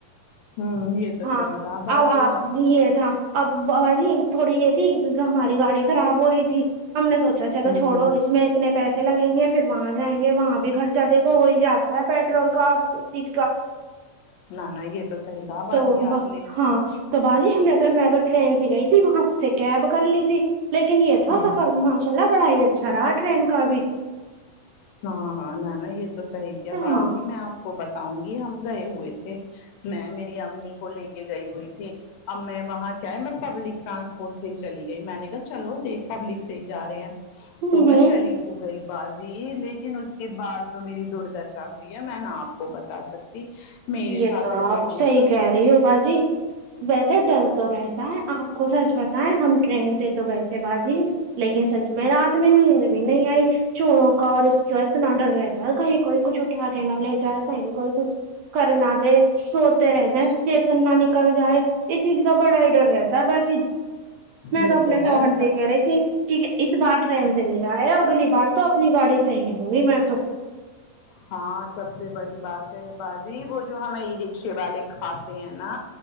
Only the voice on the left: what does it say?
ہ یہ تو
صحیح کہا بازی
ہ
ہ
نہ نہ یہ تو صحیح کہا
بازی
آپ نے
ہوں
ہاں ہاں نہ نا یہ تو صحیح کیا
بازی میں آپ کو بتاؤں گی ہم گئے ہوئے تھے میں میری امی کو لے کے گئی ہوئی تھی اب میں وہاں کیا ہے میں پبلک ٹرانسپورٹ سے ہی چلی گئی تھی میں نے کہا چلو دیکھ پبلک سے ہی جا رہے ہیں
تو میں
چلی ہو گئی بازی لیکن اس کے بعد جو میری دوردرشا ہوئی ہے میں نا آپ کو بتا سکتی میرے
ساتھ
ایسا
ہوا
یہ
ہے سب
ہاں سب سے بڑی بات ہے باجی وہ جو ہمیں یہ رکشے والے کھاتے ہیں نا